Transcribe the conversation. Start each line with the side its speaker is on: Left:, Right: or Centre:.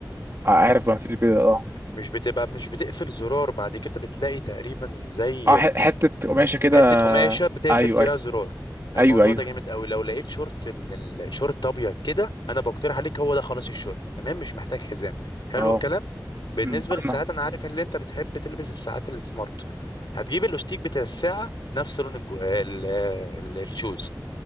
Right: آه، عارف بقى اللي بيبقى- اه
Left: مش بتبقى مش بتقفل زرار بعد كده بتلاقي تقريبا زي
Right: اه ح- حته قماشه كده
Left: حته قماشه بتقفل
Right: ايوه
Left: فيها
Right: ايوه
Left: زرار الموضوع
Right: ايوه ايوه
Left: ده جامد قوي لو لقيت شورت من الشورت ابيض كده انا بقترح عليك هو ده خلاص الشورت تمام مش محتاج حزام حلو
Right: اه
Left: الكلام بالنسبه
Right: أمم،
Left: للساعات
Right: انا
Left: انا عارف ان انت بتحب تلبس الساعات السمارت هتجيب الاستيك بتاع الساعه نفس لون الجو... ال... ال- الشوز